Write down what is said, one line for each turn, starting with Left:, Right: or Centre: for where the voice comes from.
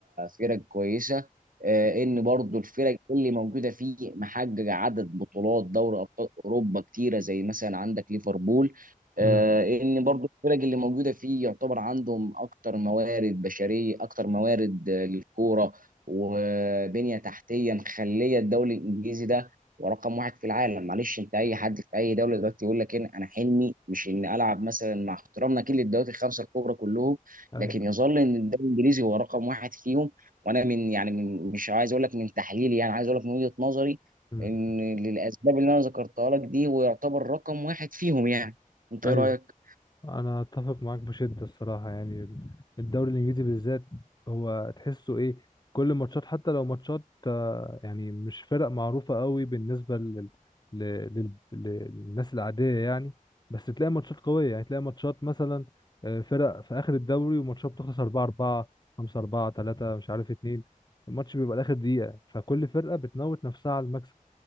Right: فرق كويسه آه، ان برضو الفرق اللي موجوده فيه محققه عدد بطولات دوري ابطال اوروبا كتيره زي مثلا عندك ليفربول آه،
Left: امم
Right: ان برضو الفرق اللي موجوده فيه يعتبر عندهم اكتر موارد بشريه اكتر موارد آه، للكوره وبنيه تحتيه مخليه الدوري الانجليزي ده ورقم واحد في العالم معلش انت اي حد في اي دوله دلوقتي يقول لك إن انا حلمي مش ان العب مثلا مع احترامنا كل الدوريات الخمسه الكبرى كلهم
Left: ايوه
Right: لكن يظل ان الدوري الانجليزي هو رقم واحد فيهم وانا من يعني من مش عايز اقول لك من تحليلي يعني عايز اقول لك من وجهة نظري
Left: امم
Right: ان للاسباب اللي انا ذكرتها لك دي هو يعتبر رقم واحد فيهم يعني انت
Left: ايوه
Right: ايه رايك
Left: انا اتفق معاك بشده الصراحه يعني الدوري الانجليزي بالذات هو تحسه ايه كل ماتشات حتى لو ماتشات آه، يعني مش فرق معروفه قوي بالنسبه لل... لل... لل... للناس العاديه يعني بس تلاقي ماتشات قويه يعني تلاقي ماتشات مثلا آه، فرق في اخر الدوري وماتشات بتخلص 4 4 5 4 3 مش عارف 2 الماتش بيبقى لاخر دقيقه فكل فرقه بتموت نفسها على المكسب